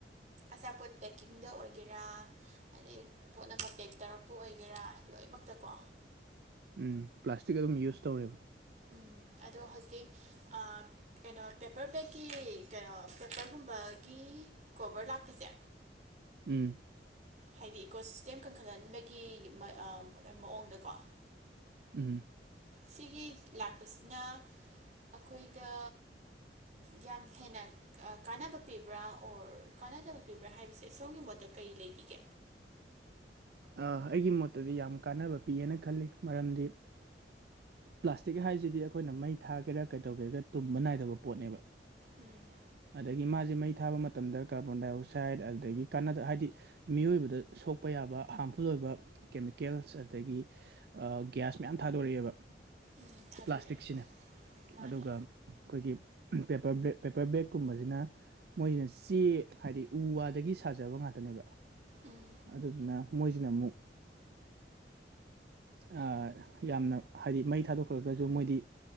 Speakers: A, on the right; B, on the right.
A: ꯑꯆꯥꯄꯣꯠ ꯄꯦꯛꯀꯤꯡꯗ ꯑꯣꯏꯒꯦꯔꯥ ꯑꯗꯩ ꯄꯣꯠ ꯑꯃ ꯄꯦꯛ ꯇꯧꯔꯛꯄ ꯄꯨ ꯑꯣꯏꯒꯦꯔꯥ ꯂꯣꯏꯅꯃꯛꯇ ꯀꯣ
B: ꯎꯝ ꯄ꯭ꯂꯥꯁꯇꯤꯛ ꯑꯗꯨꯝ ꯌꯨꯁ ꯇꯧꯔꯦꯕ
A: ꯎꯝ ꯑꯗꯣ ꯍꯧꯖꯤꯛ ꯑ ꯀꯩꯅꯣ ꯄꯦꯄꯔ ꯕꯦꯛꯀꯤ ꯀꯩꯅꯣ ꯄꯦꯄꯔꯒꯨꯝꯕꯒꯤ ꯀꯣꯕꯔ ꯂꯥꯛꯄꯁꯦ
B: ꯎꯝ
A: ꯍꯥꯏꯗꯤ ꯏꯀꯣ ꯁꯤꯁꯇꯦꯝ ꯀꯟꯈꯠꯍꯟꯕꯒꯤ ꯃꯑ ꯃꯑꯣꯡꯗꯀꯣ
B: ꯎꯝ
A: ꯁꯤꯒꯤ ꯂꯥꯛꯄꯁꯤꯅ ꯑꯈꯣꯏꯗ ꯌꯥꯝ ꯍꯦꯟꯅ ꯀꯥꯟꯅꯕ ꯄꯤꯕ꯭ꯔꯥ ꯑꯣꯔ ꯀꯥꯟꯅꯗꯕ ꯄꯤꯕ꯭ꯔꯥ ꯍꯥꯏꯕꯁꯦ ꯁꯣꯝꯒꯤ ꯃꯣꯠꯇ ꯀꯩ ꯂꯩꯕꯤꯒꯦ
B: ꯑ ꯑꯩꯒꯤ ꯃꯣꯠꯇꯗꯤ ꯌꯥꯝ ꯀꯥꯟꯅꯕ ꯄꯤꯌꯦꯅ ꯈꯜꯂꯤ ꯃꯔꯝꯗꯤ ꯄ꯭ꯂꯥꯁꯇꯤꯛ ꯍꯥꯏꯁꯤꯗꯤ ꯑꯩꯈꯣꯏꯅ ꯃꯩ ꯊꯥꯒꯦꯔꯥ ꯀꯩꯗꯧꯒꯦꯒꯦ ꯇꯨꯝꯕ ꯅꯥꯏꯗꯕ ꯄꯣꯠꯅꯦꯕ
A: ꯎꯝ
B: ꯑꯗꯒꯤ ꯃꯥꯁꯦ ꯃꯩ ꯊꯥꯕ ꯃꯇꯝꯗ ꯀꯥꯔꯕꯣꯟꯗꯥꯏꯑꯣꯛꯁꯥꯏꯠ ꯑꯗꯒꯤ ꯀꯥꯟꯅꯗ ꯍꯥꯏꯗꯤ ꯃꯤꯑꯣꯏꯕꯗ ꯁꯣꯛꯄ ꯌꯥꯕ ꯍꯥꯝꯐꯨꯜ ꯑꯣꯏꯕ ꯀꯦꯃꯤꯀꯦꯜꯁ ꯑꯗꯒꯤ ꯑ ꯒ꯭ꯌꯥꯁ ꯃꯌꯥꯝ ꯊꯥꯗꯣꯔꯑꯦꯕ
A: ꯎꯝ ꯊꯥꯗꯣꯔꯛꯑꯦ
B: ꯄ꯭ꯂꯥꯁꯇꯤꯛꯁꯤꯅ
A: ꯃꯥꯅꯦ
B: ꯑꯗꯨꯒ ꯑꯩꯈꯣꯏꯒꯤ ꯄꯦꯄꯔ ꯕ꯭ꯂꯦꯛ ꯄꯦꯄꯔ ꯕꯦꯛꯀꯨꯝꯕꯁꯤꯅ ꯃꯣꯏꯁꯤꯅ ꯆꯦ ꯍꯥꯏꯗꯤ ꯎ ꯋꯥꯗꯒꯤ ꯁꯥꯖꯕ ꯉꯥꯛꯇꯅꯦꯕ
A: ꯎꯝ
B: ꯑꯗꯨꯗꯨꯅ ꯃꯣꯏꯁꯤꯅ ꯑꯃꯨꯛ ꯑ ꯌꯥꯝꯅ ꯍꯥꯏꯗꯤ ꯃꯩ ꯊꯥꯗꯣꯛꯈ꯭ꯔꯒꯁꯨ ꯃꯣꯏꯗꯤ